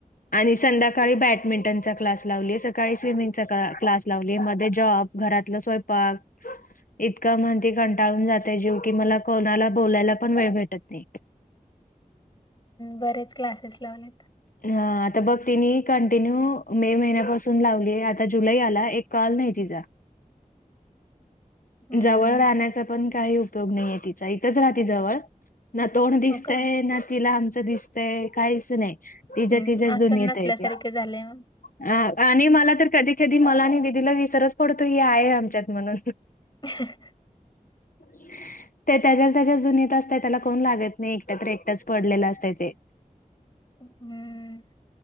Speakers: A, on the left; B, on the left.
A: आणि संध्याकाळी बॅडमिंटनचा क्लास लावलीय सकाळी स्विमिंगचा का क्लास लावलीय मध्ये जॉब घरातला स्वयंपाक इतका म्हणती कंटाळून जातय जीव की मला कोणाला बोलायला पण वेळ भेटत नाही.
B: बरेच क्लासेस लावलेत.
A: हा, आता बघ तिने कंटिन्यू मे महिन्यापासून लावली, आता जुलै आला एक कॉल नाही तिचा.
B: हम्म.
A: जवळ राहण्याचा पण काही उपयोग नाहीये तिचा, इथंच राहते जवळ ना तोंड दिसतय,
B: हो का
A: ना तिला आमचं दिसतय, काहीच नाही. तिच्या
B: हम्म
A: तिच्या
B: आसन
A: दुनियेत
B: नसल्यासारखे
A: आहे ती.
B: झाले मग.
A: अ आणि मला तर कधी-कधी मला आणि विधीला विसरच पडतो ही आहे आमच्यात म्हणून.
B: ह.
A: ह <inaudible> ते त्याच्याच त्याच्याच दुनित असत, त्याला कोण लागत नाही. एकट तर एकटाच पडलेलं असत ते. <inaudible>
B: हम्म,